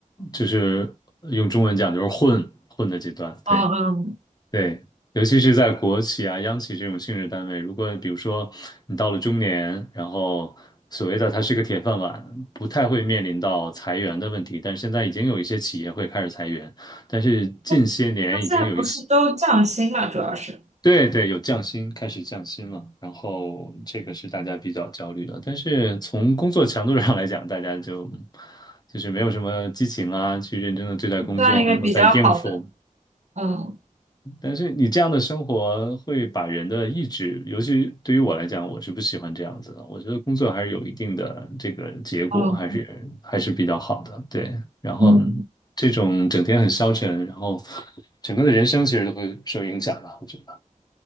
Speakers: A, on the left; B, on the right.
A: 就是用中文讲就是混混的阶段，对。
B: 嗯嗯，
A: 对，尤其是在国企啊、央企这种性质单位，如果比如说你到了中年，然后所谓的它是个铁饭碗，不太会面临到裁员的问题。但是现在已经有一些企业会开始裁员，但是近些年已经有一些，
B: 他他现在不是都降薪嘛？主要是
A: 对对，有降薪，开始降薪了。然后这个是大家比较焦虑的。但是从工作强度上来讲，大家就就是没有什么激情啊，去认真的对待工作，
B: 算一个比较好的。
A: 很多在应付。
B: 嗯
A: 但是你这样的生活会把人的意志，尤其对于我来讲，我是不喜欢这样子的。我觉得工作还是有一定的这个结果，
B: 嗯
A: 还是还是比较好的。对，然后
B: 嗯。
A: 这种整天很消沉，然后整个的人生其实都会受影响吧，我觉得。